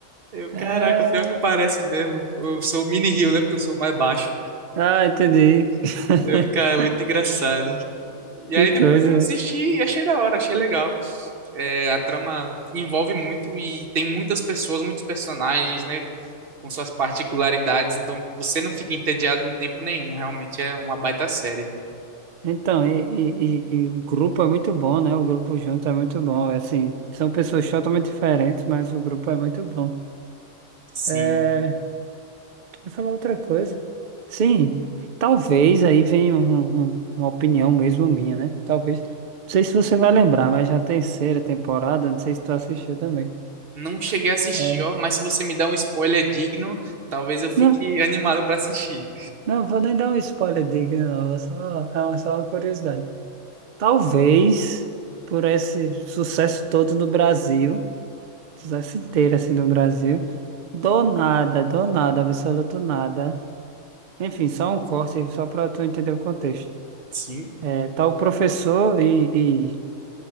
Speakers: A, on the right; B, on the right.
A: Eu,
B: É.
A: caraca, pior que parece mesmo. Eu sou o mini Rio, né? Porque eu sou mais baixo.
B: Ah, entendi. <laughs>
A: Eu, cara, muito engraçado. E
B: Que
A: aí depois
B: coisa.
A: eu assisti e achei da hora, achei legal. É, a trama envolve muito e tem muitas pessoas, muitos personagens, né? com suas particularidades, então você não fica entediado em tempo nenhum, realmente é uma baita série.
B: Então, e, e- e- e o grupo é muito bom, né? O grupo junto é muito bom. Assim, são pessoas totalmente diferentes, mas o grupo é muito bom.
A: Sim.
B: É, Eu ia falar outra coisa. Sim, talvez aí venha um- um- um, uma opinião mesmo minha, né? Talvez. Não sei se você vai lembrar, mas já a terceira temporada, não sei se tu assistiu também.
A: Não cheguei a assistir,
B: É.
A: ó, mas se você me dá um spoiler digno, talvez eu fique
B: Não,
A: animado pra assistir.
B: não vou nem dar um spoiler, diga, não. É só, é uma- só uma curiosidade. Talvez por esse sucesso todo no Brasil, sucesso inteiro assim no Brasil, do nada, do nada, absoluto nada. Enfim, só um corte só para tu entender o contexto.
A: Sim.
B: É, tá o professor e, e